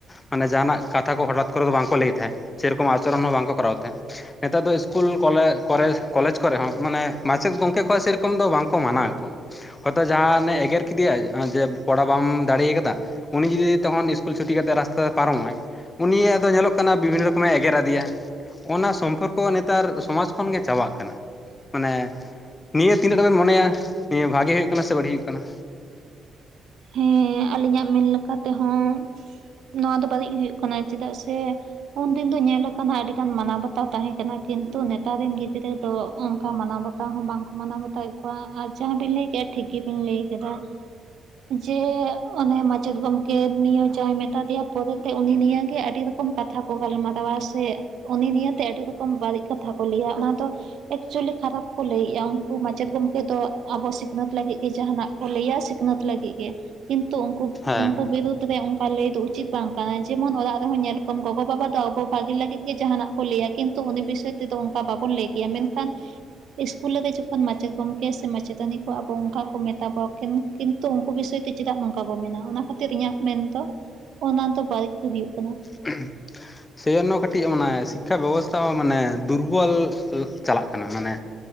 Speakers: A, on the left (about 25°); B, on the right (about 70°).
A: ᱢᱟᱱᱮ ᱡᱟᱦᱟᱱᱟᱜ ᱠᱟᱛᱷᱟ ᱠᱚ ᱦᱚᱛᱟᱴ ᱠᱚᱨᱮ ᱫᱚ ᱵᱟᱝ ᱠᱚ ᱞᱟᱹᱭᱟ᱾ ᱛᱟᱦᱮᱸᱜ ᱥᱮᱨᱚᱠᱚᱢ ᱟᱹᱛᱩ ᱨᱮᱱ ᱦᱚᱸ ᱵᱟᱝ ᱠᱚ ᱠᱚᱨᱟᱣᱮᱫ ᱛᱟᱦᱮᱸ᱾ ᱱᱮᱛᱟᱨ ᱫᱚ ᱤᱥᱠᱩᱞ ᱠᱚᱞᱮᱡᱽ ᱠᱚᱨᱮ ᱦᱚᱸ ᱢᱟᱱᱮ ᱢᱟᱪᱮᱫ ᱜᱚᱝᱠᱮ ᱠᱚ ᱥᱮ ᱥᱤᱨᱤᱯ ᱚᱭᱨᱚᱠᱚᱢ ᱫᱚ ᱵᱟᱝ ᱠᱚ ᱢᱟᱱᱟᱣᱮᱫ ᱠᱚᱣᱟ᱾ ᱦᱚᱭᱛᱳ ᱡᱟᱦᱟᱱᱮ ᱮᱜᱮᱨ ᱠᱮᱫ ᱮᱭᱟ ᱡᱮ ᱠᱚᱲᱟ ᱵᱟᱢ ᱫᱟᱲᱮ ᱟᱠᱟᱫᱟ, ᱩᱱᱤ ᱡᱩᱫᱤ ᱛᱚᱠᱷᱚᱱ ᱤᱥᱠᱩᱞ ᱪᱷᱩᱴᱤ ᱠᱟᱛᱮ ᱨᱟᱥᱛᱟ ᱛᱮ ᱯᱟᱨᱚᱢᱚᱜᱼᱟᱭ ᱩᱱᱤ ᱟᱫᱚ ᱧᱮᱞᱚᱜ ᱠᱟᱱᱟ ᱵᱤᱵᱷᱤᱱᱱᱚ ᱨᱚᱠᱚᱢᱮ ᱮᱜᱮᱨ ᱟᱫᱮᱭᱟ᱾ ᱚᱱᱟ ᱥᱚᱢᱯᱚᱨᱠᱚ ᱱᱮᱛᱟᱨ ᱥᱚᱢᱟᱡᱽ ᱠᱷᱚᱱ ᱜᱮ ᱪᱟᱵᱟᱜ ᱠᱟᱱᱟ᱾ ᱢᱟᱱᱮ ᱱᱤᱭᱟᱹ ᱛᱤᱱᱟᱹᱜ ᱴᱟᱜ ᱵᱮᱱ ᱢᱚᱱᱮᱭᱟ ᱱᱤᱭᱟᱹ ᱵᱷᱟᱜᱮ ᱦᱩᱭᱩᱜ ᱠᱟᱱᱟ ᱥᱮ ᱵᱟᱹᱲᱤᱡ ᱦᱩᱭᱩᱜ ᱠᱟᱱᱟ?
B: ᱦᱮᱸ ᱟᱹᱞᱤᱧᱟᱜ ᱢᱮᱱ ᱞᱮᱠᱟ ᱛᱮᱦᱚᱸ ᱱᱚᱣᱟ ᱫᱚ ᱵᱟᱲᱤᱡ ᱦᱩᱭᱩᱜ ᱠᱟᱱᱟ, ᱪᱮᱫᱟᱜ ᱥᱮ ᱩᱱ ᱫᱤᱱ ᱫᱚ ᱧᱮᱞ ᱟᱠᱟᱱᱟ, ᱟᱹᱰᱤᱜᱟᱱ ᱢᱟᱱᱟᱣ ᱵᱟᱛᱟᱣ ᱛᱟᱦᱮᱸ ᱠᱟᱱᱟ ᱠᱤᱱᱛᱩ ᱱᱮᱛᱟᱨ ᱨᱮᱱ ᱜᱤᱫᱽᱨᱟᱹ ᱫᱚ ᱚᱱᱠᱟ ᱢᱟᱱᱟᱣ ᱵᱟᱛᱟᱣ ᱦᱚᱸ ᱵᱟᱝ ᱠᱚ ᱢᱟᱱᱟᱣ ᱵᱟᱛᱟᱣᱮᱫ ᱠᱚᱣᱟ ᱟᱨ ᱡᱟᱦᱟᱸ ᱵᱤᱱ ᱞᱟᱹᱭ ᱠᱮᱫᱼᱟ᱾ ᱴᱷᱤᱠ ᱜᱮ ᱵᱤᱱ ᱞᱟᱹᱭ ᱠᱮᱫᱟ᱾ ᱡᱮ ᱚᱱᱮ ᱢᱟᱪᱮᱫ ᱜᱚᱝᱠᱮ ᱱᱤᱭᱟᱹ ᱡᱟᱦᱟᱸᱭ ᱢᱮᱛᱟ ᱫᱮᱭᱟ ᱯᱚᱨᱮ ᱛᱮ ᱩᱱᱤ ᱱᱤᱭᱟᱹ ᱜᱮ ᱟᱹᱰᱤ ᱨᱚᱠᱚᱢ ᱠᱟᱛᱷᱟ ᱠᱚ ᱜᱟᱞᱢᱟᱨᱟᱣᱟ ᱥᱮ ᱩᱱᱤ ᱱᱤᱭᱮ ᱛᱮ ᱟᱹᱰᱤ ᱨᱚᱠᱚᱢ ᱵᱟᱹᱲᱤᱡ ᱠᱟᱛᱷᱟ ᱠᱚ ᱞᱟᱹᱭᱟ ᱚᱱᱟ ᱫᱚ ᱮᱠᱪᱩᱞᱤ ᱠᱷᱟᱨᱟᱯ ᱠᱚ ᱞᱟᱹᱭᱮᱜᱼᱟ ᱩᱱᱠᱩ ᱢᱟᱪᱮᱫ ᱜᱚᱢᱠᱮ ᱫᱚ ᱟᱵᱚ ᱥᱤᱠᱷᱱᱟᱹᱛ ᱞᱟᱹᱜᱤᱫ ᱜᱮ ᱡᱟᱦᱟᱱᱟᱜ ᱠᱚ ᱞᱟᱹᱭᱟ ᱥᱤᱠᱷᱱᱟᱹᱛ ᱞᱟᱹᱜᱤᱫ ᱜᱮ ᱠᱤᱱᱛᱩ
A: ᱦᱮᱸ
B: ᱩᱱᱠᱩ ᱵᱤᱨᱩᱫ ᱨᱮ ᱚᱱᱠᱟ ᱞᱟᱹᱭ ᱫᱚ ᱩᱪᱤᱛ ᱵᱟᱝ ᱠᱟᱱᱟ᱾ ᱡᱮᱢᱚᱱ ᱚᱲᱟᱜ ᱨᱮᱦᱚᱸ ᱧᱮᱞ ᱠᱚᱢ ᱜᱚᱜᱚ-ᱵᱟᱵᱟ ᱫᱚ ᱟᱵᱚ ᱵᱷᱟᱹᱜᱤ ᱞᱟᱹᱜᱤᱫ ᱜᱮ ᱡᱟᱦᱟᱱᱟᱜ ᱞᱟᱹᱭᱟ ᱠᱤᱱᱛᱩ ᱩᱱᱤ ᱵᱤᱥᱚᱭ ᱛᱮᱫᱚ ᱚᱱᱠᱟ ᱵᱟᱵᱚᱱ ᱞᱟᱹᱭ ᱠᱮᱭᱟ᱾ ᱢᱮᱱᱠᱷᱟᱱ ᱤᱥᱠᱩᱞ ᱞᱟᱹᱜᱤᱫ ᱡᱚᱠᱷᱚᱱ ᱢᱟᱪᱮᱫ ᱜᱚᱢᱠᱮ ᱥᱮ ᱢᱟᱪᱮᱛᱟᱹᱱᱤ ᱠᱚ ᱟᱵᱚ ᱚᱱᱠᱟ ᱠᱚ ᱢᱮᱛᱟ ᱵᱚᱱᱟ ᱠᱤᱱ ᱠᱤᱱᱛᱩ ᱩᱱᱠᱩ ᱵᱤᱥᱚᱭ ᱛᱮ ᱪᱮᱫᱟᱜ ᱱᱚᱝᱠᱟ ᱵᱚ ᱢᱮᱱᱟ᱾ ᱚᱱᱟ ᱠᱷᱟᱹᱛᱤᱨ ᱤᱧᱟᱹᱜ ᱢᱮᱱ ᱫᱚ ᱚᱱᱟ ᱫᱚ ᱵᱟᱹᱲᱤᱡ ᱜᱮ ᱦᱩᱭᱩᱜ ᱠᱟᱱᱟ᱾
A: ᱦᱮᱸ᱾ ᱥᱮᱭ ᱡᱚᱱᱱᱚ ᱠᱟᱹᱴᱤᱡ ᱢᱟᱱᱮ ᱥᱤᱠᱠᱷᱟ ᱵᱮᱵᱚᱥᱛᱷᱟ ᱦᱚᱸ, ᱢᱟᱱᱮ ᱫᱩᱨᱵᱚᱞ ᱪᱟᱞᱟᱜ ᱠᱟᱱᱟ᱾ ᱢᱟᱱᱮ